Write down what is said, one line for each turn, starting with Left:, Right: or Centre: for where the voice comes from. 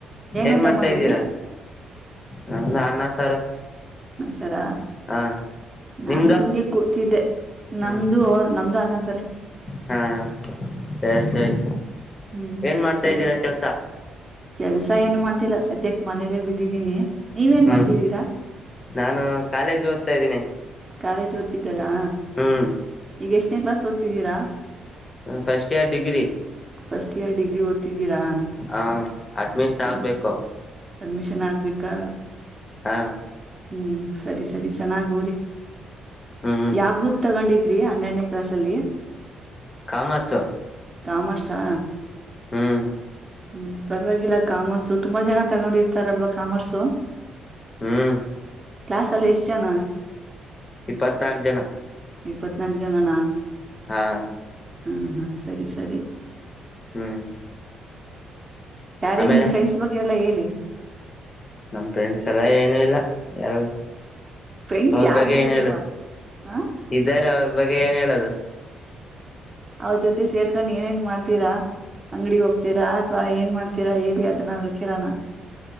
Left: ಏನ್
Right: ಊಟ
Left: ಮಾಡ್ತಾ
Right: ಮಾಡಿದ್ರಿ
Left: ಇದ್ದೀರಾ ನಂದು ಅನ್ನ ಸಾರು
Right: ತರ
Left: ಹಾ
Right: ನಾನು
Left: ನಿಮ್ದ
Right: ಸುಮ್ಗೆ ಕೂತಿದ್ದೆ ನಮ್ದು
Left: ಹ್ಮ್
Right: ನಮ್ದು ಅನ್ನಸರ
Left: ಹಾ ಸರಿ ಸರಿ
Right: ಹ್ಮ್
Left: ಏನ್ ಮಾಡ್ತಾ
Right: ಸರಿ
Left: ಇದ್ದೀರಾ ಕೆಲ್ಸ
Right: ಕೆಲ್ಸ ಏನ್ ಮಾಡ್ತಿಲ್ಲ ಸದ್ಯಕ್ ಮನೇಲೆೇ ಬಿದ್ದಿದ ನಿ ನೀವೇನ್
Left: ಹ್ಮ್
Right: ಮಾಡ್ತಿದ್ದೀರಾ
Left: ನಾನು ಕಾಲೇಜ್ ಓದ್ತಾ ಇದ್ದೀನಿ
Right: ಕಾಲೇಜ್ ಓದ್ತಿದ್ದಾರಾ
Left: ಹ್ಮ್
Right: ಈಗ ಎಷ್ಟನೇನ್ ಕ್ಲಾಸ್ ಓದ್ತಿದ್ದೀರಾ
Left: first year degree
Right: first year degree ಓದ್ತಿದ್ದೀರಾ
Left: ಹ ಅಡ್ಮಿಷನ್
Right: ಹೂ
Left: ಆಗ್ಬೇಕು
Right: ಅಡ್ಮಿಷನ್ ಆಗ್ಬೇಕಾ
Left: ಹಾ
Right: ಹೂ ಸರಿ ಸರಿ ಚೆನ್ನಾಗ್ ಓದಿ
Left: ಹ್ಮ್
Right: ಯಾವ ಗೂಪ್ ತಗೊಂಡಿದ್ರಿ ಹನ್ನೆರಡನೇ ಕ್ಲಾಸ್ ಅಲ್ಲಿ
Left: ಕಾಮರ್ಸ್
Right: ಕಾಮರ್ಸಾ
Left: ಹ್ಮ್
Right: ಹ್ಮ್ ಪರವಾಗಿಲ್ಲ ಕಾಮರ್ಸು ತುಂಬಾ ಜನ ತಗೊಂಡಿರ್ತಾರಲ್ವಾ ಕಾಮರ್ಸು
Left: ಹ್ಮ್
Right: ಕ ಸಲ್ಲಷ್ಟಚಾನ
Left: ಇಪ್ಪತ್ನಾಕು ಜನ
Right: ಇಪ್ಪತ್ನಾಕು ಜನನಾ
Left: ಹಾ
Right: ಹ್ಮ ಹಾ ಸರಿ ಸರಿ
Left: ಹ್ಮ್
Right: ಯಾರೇ
Left: ಆಮೇಲೆ
Right: ನಿಮ್ ಫ್ರೆಂಡ್ಸ್ ಬಗ್ಗೆ ಎಲ್ಲ ಹೇಳಿ
Left: ನಮ ಫ್ರೆಂಡ್ಸ್ ಎಲ್ಲ ಏನುೂ ಇಲ್ಲ ಎಲ್
Right: ಫ್ರೆಂಡ್ಸ್
Left: ಅವ್ರ
Right: ಯಾರುವೇ
Left: ಬಗ್ಗೆ ಏನ್
Right: ಇಲ್ವಾ
Left: ಹೇಳುದು
Right: ಹ
Left: ಇದ್ದಾರೆ ಅವ್ರ ಬಗ್ಗೆ ಏನ್ ಹೇಳದು
Right: ಅವ್ರ ಜೊತೆ ಸೇರ್ಕೊಂಡ್ ಏನೇನ್ ಮಾಡ್ತೀರಾ ಅಂಗ್ಡಿ ಹೋಗ್ತೀರಾ ಅಥ್ವಾ ಏನ್ ಮಾಡ್ತೀರಾ ಹೇಳಿ ಅದನ್ನ ಹರುಕಿರಾನ